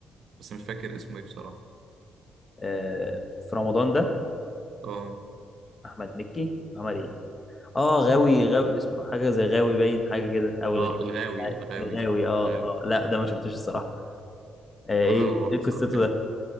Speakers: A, on the right; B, on the left.
A: بس مش فاكر اسمه إيه بصراحة
B: آه، في رمضان ده
A: أه
B: احمد مكي عمل ايه؟ اه غاوي غاوي اسمه حاجه زي غاوي باين حاجه كده او الغاوي
A: أه الغاوي
B: مش عارف.
A: الغاوي
B: الغاوي اه
A: الغاوي
B: اه لا ده ما شفتوش الصراحه آه
A: لا
B: ايه
A: هو بصراحة
B: ايه قصته
A: كان
B: ده؟